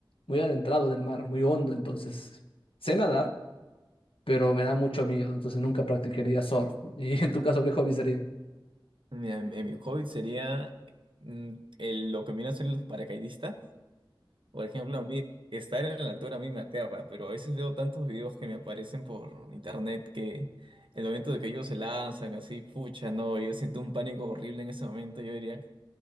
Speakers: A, on the left; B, on the right.
A: muy adentrado del mar, muy hondo, entonces sé nadar, pero me da mucho miedo, entonces nunca practicaría surf. <laughs> ¿Y en tu caso qué hobby sería?
B: mira, mi, mi hobby sería mm, el- lo que viene a ser los paracaidistas. Por ejemplo, a mí estar en la altura a mí me aterra, pero a veces veo tantos videos que me aparecen por internet que el momento de que ellos se lanzan así, pucha, no, yo siento un pánico horrible en ese momento, yo diría,